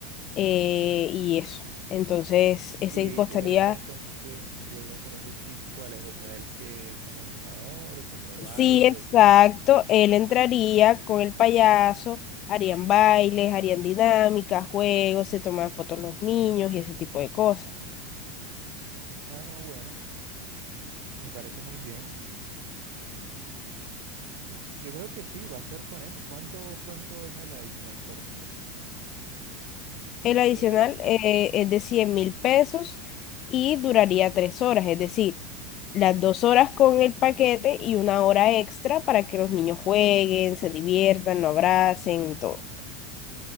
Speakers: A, on the left; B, on the right.
A: eh, y eso. Entonces, ese
B: Y,
A: costaría,
B: y la idea con ese, y la idea con ese Stitch, ¿cuál es? O sea, el que como animador o como baile
A: sí, exacto,
B: o qué.
A: él entraría con el payaso, harían bailes, harían dinámicas, juegos, se toman fotos los niños y ese tipo de cosas.
B: Ah, no, bueno, me parece muy bien. Yo creo que sí, va a ser con eso. ¿Cuánto, cuánto es el adicional por, por,
A: El adicional
B: por el...
A: eh,
B: este?
A: es de cien mil pesos y duraría tres horas, es decir, las dos horas con el paquete y una hora extra para que los niños jueguen, se diviertan, lo abracen y todo.